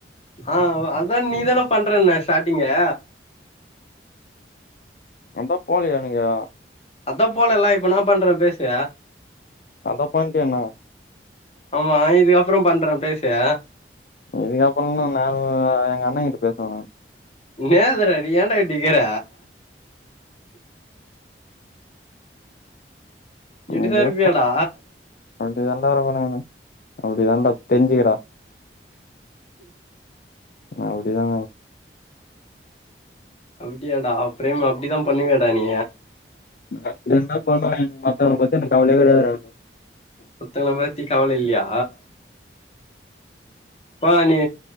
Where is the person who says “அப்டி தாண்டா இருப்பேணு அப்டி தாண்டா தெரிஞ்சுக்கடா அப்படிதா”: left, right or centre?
Left